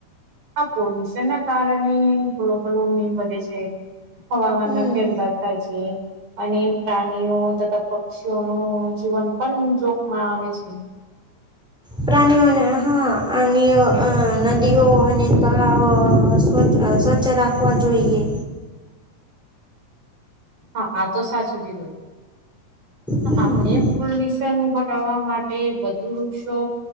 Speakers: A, on the right; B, in the centre.
A: હા પોલ્યુશન ના કારણે ગ્લોબલ વોર્મિંગ વધે છે. હવામાનના
B: હમ
A: ફેરફાર થાય છે. અને પ્રાણીઓ તથા પક્ષીઓ નો જીવન પણ જોખમાં આવે છે.
B: પ્રાણીઓના હા પાણીય આ નદીઓ અને તળાવ સ્વચછ સ્વચ્છ રાખ હોવા જોઈએ.
A: હા આ તો સાચું કીધું.
B: હમ
A: આપને પોલ્યુશન ઘટાવા માટે વધુ વૃક્ષો.